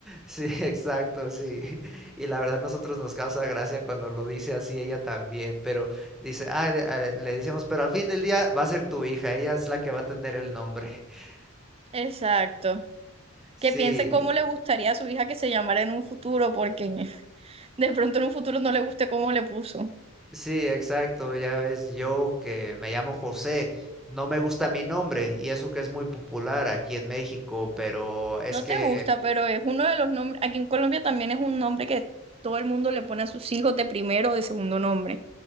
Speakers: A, in the centre; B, on the right (about 25°).
A: Sí, <laughs> exacto, sí. <laughs> Y la verdad nosotros nos causa gracia cuando lo dice así ella también, pero dice, ah, de- ah, le decimos, pero al fin del día va a ser tu hija, ella es la que va a tener el nombre. <laughs>
B: Exacto.
A: Sí,
B: Que piense cómo le gustaría a su hija que se llamara en un futuro, porque <laughs> de pronto en un futuro no le guste cómo le puso.
A: sí, exacto, ya ves, yo que me llamo José, no me gusta mi nombre y eso que es muy popular aquí en México, pero es
B: No
A: que
B: te gusta, pero es uno de los nombres, aquí en Colombia también es un nombre que todo el mundo le pone a sus hijos de primero o de segundo nombre.